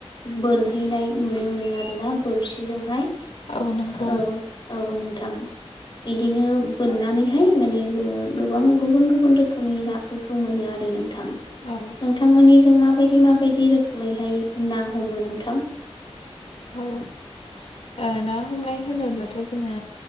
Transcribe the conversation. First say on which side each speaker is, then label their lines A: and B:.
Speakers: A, on the left; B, on the left.
A: बोनहैनाय नुनो मोनो आरोना बोरसिजोंहाय
B: औ नंगौ
A: औ औ नोंथां बिदिनो बोननानैहाय माने जोङो गोबां गुबुन गुबुन रोखोम खोमनि नाफोरखौ मोनो आरो नोंथां नोंथांमोननिजों
B: औ
A: माबायदि माबायदि दि रोखोमैहाय ना हमो नोंथां?
B: औ ओ ना हमनाय होनोब्लाथ' जोङो